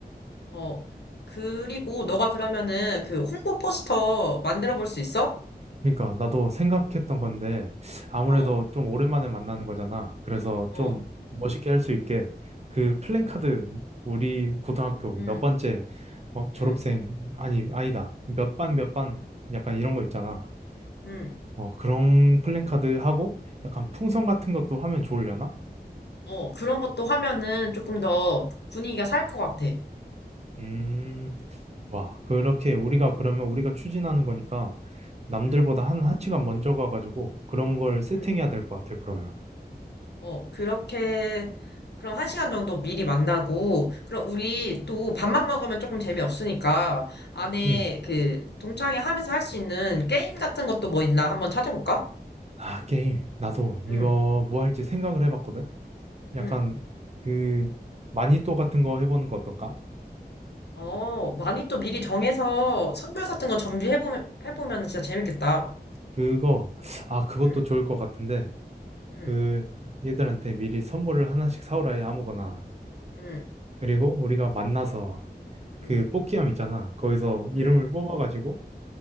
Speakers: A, on the left; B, on the right.
A: 어. 그리고 너가 그러면은 그 홍보 포스터 만들어 볼 수 있어?
B: 그러니까 나도 생각했던 건데 아무래도
A: 어,
B: 좀 오랜만에 만나는 거잖아. 그래서
A: 어,
B: 좀 멋있게 할 수 있게 그 플랜카드 우리 고등학교
A: 응,
B: 몇 번째 어,
A: 응,
B: 졸업생 아니 아니다. 몇 반 몇 반 약간 이런 거 있잖아.
A: 응.
B: 어, 그런 플랜카드 하고 약간 풍선 같은 것도 하면 좋으려나?
A: 어, 그런 것도 하면은 조금 더 분위기가 살 것 같아.
B: 음, 좋아. 그렇게 우리가 그러면 우리가 추진하는 거니까 남들보다
A: 응,
B: 한, 한 시간 먼저 가가지고 그런 걸 세팅해야
A: 응.
B: 될 것 같아, 그러면.
A: 어, 그렇게, 그럼 한 시간 정도 미리 만나고, 그럼 우리 또 밥만 먹으면 조금 재미없으니까, 안에
B: 음.
A: 그, 동창회 하면서 할 수 있는 게임 같은 것도 뭐 있나 한번 찾아볼까?
B: 아, 게임. 나도 이거
A: 응,
B: 뭐 할지 생각을 해봤거든?
A: 응.
B: 약간 그 마니또 같은 거 해보는 거 어떨까?
A: 어, 많이 또 미리 정해서 선물 같은 거 준비해보면, 해보면 진짜 재밌겠다.
B: 그거, 아, 그것도
A: 응,
B: 좋을 것 같은데
A: 응,
B: 그 얘들한테 미리 선물을 하나씩 사오라 해, 아무거나.
A: 응,
B: 그리고 우리가 만나서 그
A: 응,
B: 뽑기함 있잖아. 거기서 이름을
A: 응.
B: 뽑아가지고